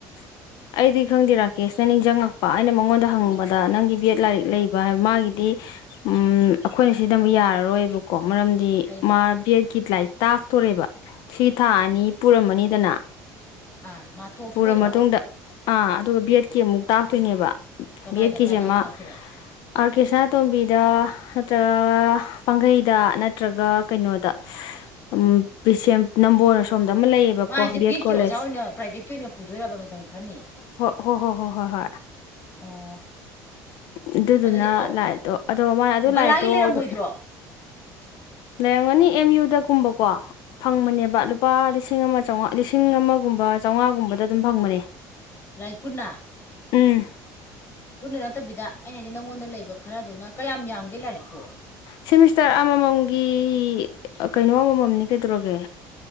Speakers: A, on the left (about 70°); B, on the left (about 30°).
A: <inaudible> ꯑꯩꯗꯤ ꯈꯪꯗꯦ ꯔꯥꯀꯦꯁꯅ ꯅꯤꯡꯁꯪꯉꯛꯄ ꯑꯩꯅ ꯃꯉꯣꯟꯗ ꯍꯪꯕꯗ ꯅꯪꯒꯤ ꯕꯤ ꯑꯦꯠ ꯂꯥꯏꯔꯤꯛ ꯂꯩꯕ ꯍꯥꯏꯕ ꯃꯥꯒꯤꯗꯤ ꯎꯝ ꯑꯈꯣꯏꯅ ꯁꯤꯟꯅꯕ ꯌꯥꯔꯔꯣꯏꯕꯀꯣ ꯃꯔꯝꯗꯤ
B: ꯀꯩꯒꯤ
A: ꯃꯥ ꯕꯤ ꯑꯦꯠꯀꯤ ꯂꯥꯏꯔꯤꯛ ꯇꯥꯛꯇꯣꯔꯦꯕ ꯁꯤ ꯊꯥ ꯑꯅꯤ ꯄꯨꯔꯝꯃꯅꯤꯗꯅ
B: ꯑꯥ ꯃꯥ ꯇꯣꯛꯊꯣꯛꯑꯗ꯭ꯔꯣ
A: ꯄꯨꯔ ꯃꯇꯨꯡꯗ ꯑꯥ ꯑꯗꯨꯒ ꯕꯤ ꯑꯦꯠꯀꯤ ꯑꯃꯨꯛ ꯇꯥꯛꯇꯣꯏꯅꯦꯕ
B: ꯀꯗꯥꯏꯗ
A: ꯕꯤ ꯑꯦꯠꯀꯤꯁꯦ
B: ꯀꯗꯥꯏꯗ
A: ꯃꯥ
B: ꯇꯥꯛꯇꯣꯏꯕ
A: ꯑꯥꯔ ꯀꯦ ꯁꯅꯥꯇꯣꯝꯕꯤꯗ ꯅꯠꯇ꯭ꯔꯒ ꯄꯥꯡꯒꯩꯗ ꯅꯠꯇ꯭ꯔꯒ ꯀꯩꯅꯣꯗ ꯁ ꯎꯝ ꯕꯤꯁꯦꯝ ꯅꯝꯕꯣꯜ ꯑꯁꯣꯝ ꯗ ꯑꯃ ꯂꯩꯌꯦꯕꯀꯣ
B: ꯃꯥ ꯍꯥꯏꯁꯦ ꯕꯦꯠꯀꯤ
A: ꯕꯦꯠ ꯀꯣꯜꯂꯦꯖ
B: ꯑꯣꯖꯥ ꯑꯣꯏꯅ ꯄ꯭ꯔꯥꯏꯚꯦꯠꯀꯤ ꯑꯣꯏꯅ ꯄꯨꯗꯣꯏꯔꯕ ꯃꯇꯝ ꯈꯥꯔꯅꯤ
A: ꯍꯣ ꯍꯣ ꯍꯣ ꯍꯣꯏ ꯍꯣꯏ
B: ꯑꯣ
A: ꯑꯗꯨꯗꯨꯅ
B: ꯑꯗꯨꯗꯤ
A: ꯂꯥꯏꯛꯇꯣ ꯑꯗꯣ ꯃꯥꯅ ꯑꯗꯨ
B: ꯕꯂꯥꯒꯤ
A: ꯂꯥꯏꯛꯇꯣ
B: ꯂꯩꯔꯝꯃꯣꯏꯗ꯭ꯔꯣ
A: ꯑꯗꯨ
B: <inaudible>
A: ꯂꯩꯔꯝꯒꯅꯤ ꯑꯦꯝ ꯌꯨꯗ ꯀꯨꯝꯕꯀꯣ ꯐꯪꯕꯅꯦꯕ ꯂꯨꯄꯥ ꯂꯤꯁꯤꯡ ꯑꯃ ꯆꯧꯉꯥ ꯂꯤꯁꯤꯡ ꯑꯃꯒꯨꯝꯕ ꯆꯧꯉꯥꯒꯨꯝꯕꯗ ꯑꯗꯨꯝ ꯐꯪꯕꯅꯦ
B: ꯂꯥꯏꯔꯤꯛ ꯄꯨꯨꯟꯅ
A: ꯎꯝ
B: ꯄꯨꯟꯅ ꯅꯠꯇꯕꯤꯗ ꯑꯩꯅ ꯍꯥꯏꯗꯤ ꯅꯪꯉꯣꯟꯗ ꯂꯩꯕ ꯈꯔꯗꯨꯅ ꯀꯌꯥꯝ ꯌꯥꯝꯒꯦ ꯂꯥꯏꯔꯤꯛꯄꯣ
A: ꯁꯦꯃꯤꯁꯇ꯭ꯔ ꯑꯃꯃꯝꯒꯤ ꯑꯥ ꯀꯩꯅꯣ ꯑꯃꯃꯝꯅꯤ ꯀꯩꯗꯧꯔꯒꯦ